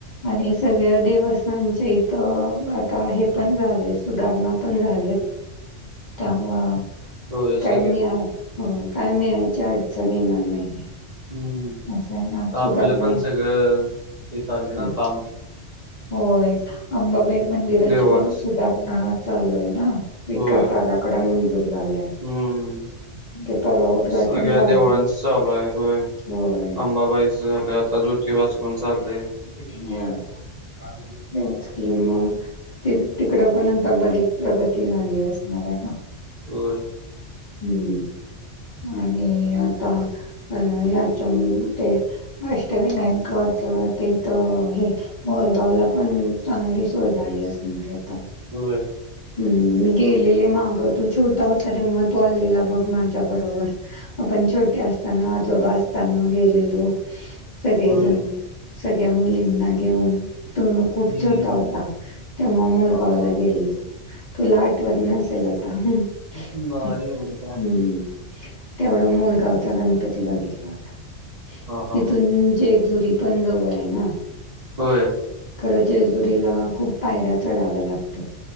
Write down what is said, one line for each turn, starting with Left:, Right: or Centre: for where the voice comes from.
Left: आणि सगळ्या देवस्थानच्या इथं आता हे पण झालय सुधारणा पण झालेत. त्यामुळ
Right: होय
Left: काही
Right: सगळे
Left: मी आन् होय काय मिळायची अडचण येणार नाही.
Right: हम्म
Left: असं आहे ना सुधारणा
Right: आपलं पण सगळं हे चाललंय ना
Left: हं,
Right: काम
Left: होय अंबाबाई मंदिराची
Right: देवाच
Left: पण सुधारणा चालू आहे ना? विकास
Right: होय
Left: आराखडा मंजूर झालाय.
Right: हम्म
Left: ते परवा उद्घाटन
Right: सगळ्या
Left: झालं
Right: देवळांच
Left: ना
Right: चालू आहे होय.
Left: होय.
Right: अंबाबाईच झालं. आता ज्योतिबाच पण चाललय.
Left: होय. होयच की मग तेच तिकड पण आता बरीच प्रगती झाली असणार आहे ना?
Right: होय.
Left: हम्म आणि आता होय - होय याच्याम् ते अष्टविनायकाच ते त हे मोरगावला पण चांगली सोय झाली असणार आहे आता.
Right: होय.
Left: हम्म मी गेलेले माग तू छोटा होता तेव्हा तू आलेला बघ माझ्या बरोबर. आपण छोटे असताना. आजोबा असताना गेलेलो. सगळेजण
Right: होय
Left: सगळ्या मुलींना घेऊन. तु खूप
Right: हम्म
Left: छोटा होता. तेव्हा मोरगावला
Right: हा हा
Left: गेल तूला आठवत नसेल आता हम्म -
Right: नाही
Left: हम्म.
Right: एवढं काय असेल
Left: तेवढा मोरगावचा गणपती बघितला होता.
Right: हा हा
Left: तिथून
Right: हा
Left: जेजुरी पण जवळ आहे ना?
Right: होय
Left: खरं जेजुरीला खूप पायऱ्या चढाव्या लागतात.